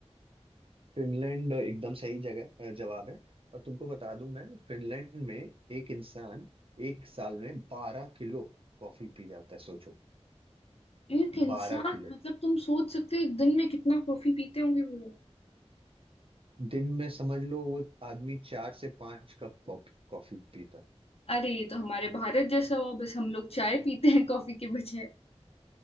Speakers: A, on the right; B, on the left.
A: फिनलैंड एकदम सही जगह अ, जवाब है और तुमको बता दूं मैं फिनलैंड में एक इंसान एक साल में बारह किलो कॉफी पी जाता है सोचो
B: एक इंसान
A: बारह किलो
B: मतलब तुम सोच सकते हो एक दिन में कितना कॉफी पीते होंगे वो लोग
A: दिन में समझ लो वो आदमी चार से पांच कप कॉफ- कॉफी पीता
B: अरे ये तो हमारे भारत जैसा हुआ बस हम लोग चाय पीते हैं कॉफी के बजाय